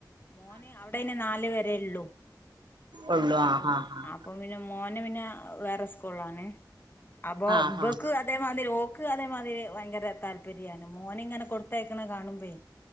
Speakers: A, on the left (about 30°); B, on the right (about 75°).
A: മോന് അവിടെയ്ന് നാല് വരെയൊള്ളു.
B: ഒള്ളു ആ ആഹ് ആഹ്.
A: അപ്പൊ പിന്നെ മോന് പിന്നെ വേറെ സ്കൂളാണ് അപ്പൊ
B: ആ
A: ഇബക്ക്
B: ഹാ
A: ഇതേമാതിരി ഓക്ക് അതേമാതിരി ഭയങ്കര താല്പര്യാണ് മോനിങ്ങനെ കൊടുത്തയക്ക്ണ കാണുമ്പെ